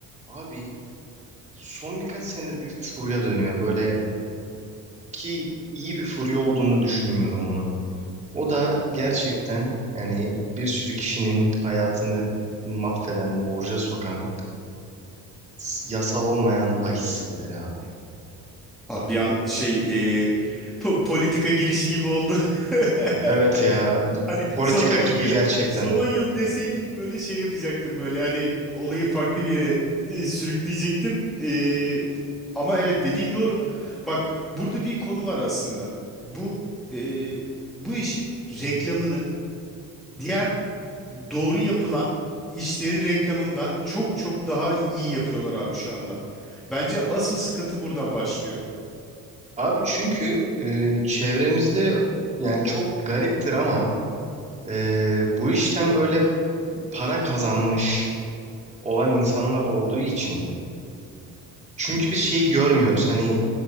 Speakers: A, on the right; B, in the centre.
A: Abi son birkaç senedir bir furya dönüyor böyle ki iyi bir furya olduğunu düşünmüyorum bunun. O da gerçekten yani bir sürü kişinin hayatını mahveden, borca sokan, s- yasal olmayan bahis siteleri abi.
B: Abi bir an şey e, po- politika girişi gibi oldu. <laughs>
A: Evet ya b-
B: Hani
A: politika
B: son on
A: gibi
B: yıl
A: gerçekten.
B: son on yıl deseydin böyle şey yapacaktım böyle hani olayı farklı bir yere e, sürükleyecektim. E, ama evet dediğin doğru. Bak burada bir konu var aslında. Bu e, bu işin reklamını diğer doğru yapılan işlerin reklamından çok çok daha iyi yapıyorlar abi şu anda. Bence asıl sıkıntı burada başlıyor.
A: Abi çünkü e, çevremizde yani çok gariptir ama e, bu işten böyle para kazanmış olan insanlar olduğu için. Çünkü biz şeyi görmüyoruz hani